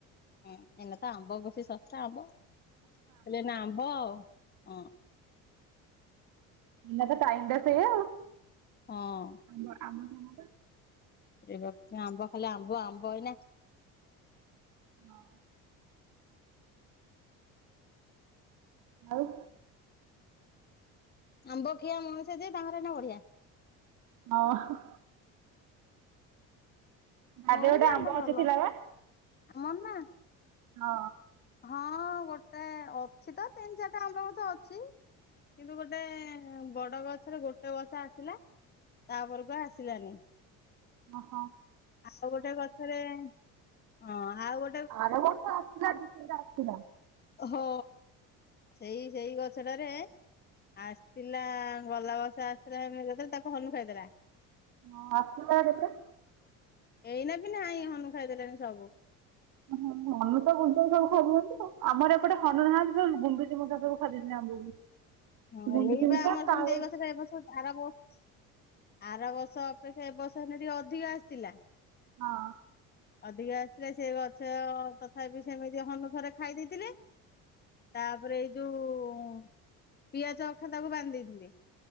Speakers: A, on the left; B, on the right.
A: ହୁଁ ଏଇନା ତ ଆମ୍ବ ବେଶୀ ଶସ୍ତା ଆମ୍ବ ହେଲେ ନା ଆମ୍ବ ହଁ।
B: ଏଇନା ତ ଟାଇମ୍ ଟା ତ ସେଇଆ।
A: ହଁ।
B: <unintelligible> ଆମେ ସମତେ।
A: ଏ ଗଛ ଆମ୍ବ ଖାଲି ଆମ୍ବ-ଆମ୍ବ ଏଇନା
B: ହଁ। ଆଉ
A: ଆମ୍ବ ଖିଆ ମଣିଷ ଯେ ତାହାର ଏଇନା ବଢିଆ।
B: ଅ ହଁ। ବାରିରେ
A: ମୋର
B: ଗୋଟେ
A: ବି
B: ଆମ୍ବ
A: ଭଲ
B: ଅଛ ଥିଲା ବା?
A: ଆମର ନା
B: ହଁ।
A: ହଁ ଗୋଟେ ଅଛି ତ ତିନ୍ ଚାରିଟା ଆମ୍ବ ଗଛ ଅଛି। କିନ୍ତୁ ଗୋଟେ ବଡ଼ ଗଛରେ ଗୋଟେ ବର୍ଷ ଆସିଲା, ତା ପରକୁ ଆସିଲାନି।
B: ଅହ।
A: ଆସ ଗୋଟେ ଗଛରେ ଅଁ ଆଉ
B: ଆର ବର୍ଷ ଆସିଥିଲା, ଦି ତିନ୍ ଟା ଆସିଥିଲା।
A: ହ ସେଇ ସେଇ ଗଛଟାରେ ଆସଥିଲା ଗଲା ବଷ ଆସିଥିଲା <unintelligible> ତାକୁ ହନୁ ଖାଇେଥିଲା
B: ହଁ ଆସଥିଲା କେତେ?
A: ଏଇନା ବି ନାହିଁ ହନୁ ଖାଇଦେଲେଣି ସବୁ।
B: ହଁ ହନୁ ତ ଘଚେଇ ସବୁ ଖାଇ ଦଉଛନ୍ତି। ଆମର ଏପଟେ ହନୁ ନାହାନ୍ତି ଖାଲି ଗୁଣ୍ଡୁଚିମୂଷା ସବୁ ଖାଦେଇଛନ୍ତି ଆମ୍ବକୁ।
A: ହଁ
B: ଗୁଣ୍ଡୁଚି
A: ଏଇ ପା
B: ମୂଷା
A: ଆମର
B: କାଉ
A: ସେମିତି ଏଇ ଗଛଟା ଏବସ୍ଥା ସୁଦ୍ ଆରା ବର୍ଷ୍ ଆର ବର୍ଷ ଅପେକ୍ଷା ଏ ବର୍ଷ ହି ଟିକେ ଅଧିକ ଆସିଥିଲା।
B: ହଁ।
A: ଅଧିକା ଆସିଥିଲେ ସେ ଗଛ ତଥାପି ସେମିତି ହନୁ ଥ ରେ ଖାଇ ଦେଇଥିଲେ ତାପରେ ଏଇ ଯୋଉ ପିଆଜ ଅଖା ତାକୁ ବାନ୍ଧି ଦେଇଥିଲି।